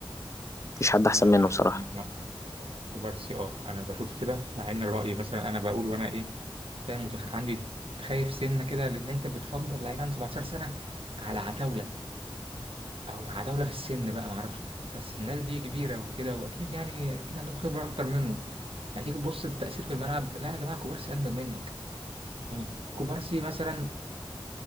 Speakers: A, on the left (about 30°); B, on the right (about 70°).
A: مفيش حد أحسن
B: آه،
A: منه بصراحة
B: ما- ما- كوبارسي اه انا بشوف كده مع ان الرأي مثلا انا بقول وانا ايه فاهم متخ... عندي خايف سنه كده لان انت بتفضل لعيب عنده 17 سنه على عتاوله او عتاوله في السن بقى ما اعرفش بس الناس دي كبيره وكده واكيد يعني اكيد عندهم خبره اكتر منه هتيجي تبص للتأثير في الملعب لا يا جماعه كوبارسي اجمد منك يعني كوبارسي مثلا